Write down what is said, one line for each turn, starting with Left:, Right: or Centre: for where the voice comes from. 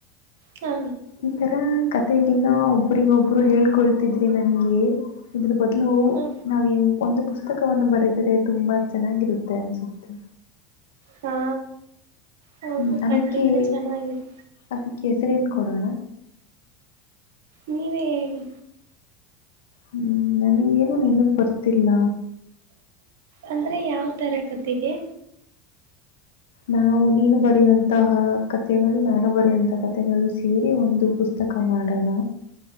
Right: ಹಾ
Left: ಈ, ತರ ಕಥೆಗಳನ ಒಬ್ಬರಿಗೊಬ್ರು ಹೇಳ್ಕೊಳ್ತಿದ್ರೆ ನನ್ಗೆ? ಇದು ಬದಲು,
Right: ಹಾ
Left: ನಾವೇ ಒಂದು. ಪುಸ್ತಕವನ್ನು ಬರೆದರೆ ತುಂಬಾ ಚೆನ್ನಾಗಿರುತ್ತೆ ಅನ್ಸುತ್ತೆ.
Right: ಹಾ ಹೌದು
Left: ಹ್ಮ್, ಅದಕ್ಕೆ
Right: ಖಂಡಿತ ಚೆನ್ನಾಗಿದೆ
Left: ಅದಿಕ್ಕೆ ಹೆಸರೇನ್ ಗೊತ್ತು. ಕೊಡೋಣ.
Right: ನೀವೇ ಹೇಳಿ?
Left: ಹ್ಮ್, ನನಗೆ ಏನು ನೆನಪು ಬರ್ತಿಲ್ಲ.
Right: ಅಂದ್ರೆ, ಯಾವ ತರ ಕಥೆಗೆ
Left: ನಾವು ನೀನು ಬರೆಯುವಂತಹ ಕಥೆಗಳು ನಾನು ಬರೆಯುವಂತ, ಕಥೆಗಳು ಸೇರಿ ಒಂದು ಪುಸ್ತಕ ಮಾಡೋಣ?